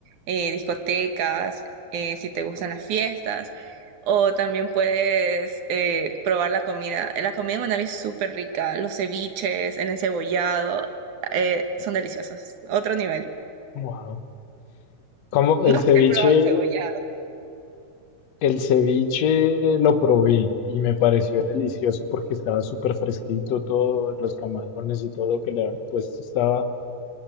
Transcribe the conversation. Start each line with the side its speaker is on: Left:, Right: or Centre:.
Right: eh, discotecas, eh, si te gustan las fiestas, o también puedes eh, probar la comida. La comida en Manabí es súper rica, los ceviches, el encebollado, eh, son deliciosos, otro nivel.
Left: Wow. Como
Right: No
Left: el ceviche
Right: sé si has probado encebollado.
Left: El ceviche lo probé y me pareció delicioso porque estaba súper fresquito, todos los camarones y todo lo que le han puesto estaba